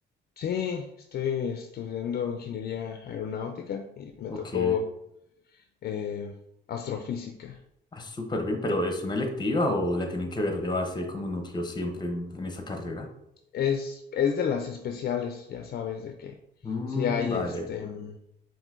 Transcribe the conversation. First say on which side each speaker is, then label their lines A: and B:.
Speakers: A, on the left (about 50°); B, on the left (about 20°).
A: Sí, estoy estudiando ingeniería aeronáutica y me
B: Ok.
A: tocó eh, astrofísica.
B: Ah, súper bien, pero ¿es una electiva o la tienen que ver de base como núcleo siempre en, en esa carrera?
A: Es, es de las especiales, ya sabes, de que
B: Mm,
A: si hay
B: vale,
A: este mm,